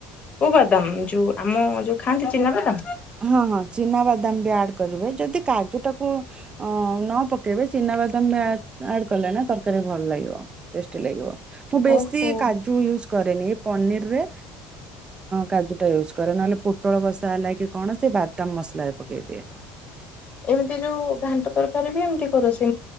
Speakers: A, on the left; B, on the right.
A: କୋଉ ବାଦାମ ଯୋଉ ଆମ ଯୋଉ ଖାଆନ୍ତି ଚିନାବାଦାମ।
B: ହଁ ହଁ ଚିନା ବାଦାମ ବି ଆଡ କରିବେ ଯଦି କାଜୁଟାକୁ ଅ ନ ପକେଇବେ ଚିନା ଆଦମେ ଆଡଲନା ତ ଭଲ ଲାଗିବ ଟେଷ୍ଟୀ ଲାଗିବ, ମୁଁ ବେଶୀ
A: ଓହୋ
B: କାଜୁ ୟୁଜ କରେନି ପନିର ରେ କାଜୁ ଟା ୟୁଜ କରେ ନହଲେ ପୋଟଳ କଷା ହେଲା। କୌଣସି ବାଦାମ ମସଲାରେ ପକେଇଦିଏ।
A: ଏମିତି ଯୋଉ ଘାଣ୍ଟ ତରକାରୀ ବି ଏମିତି କରୁଛି।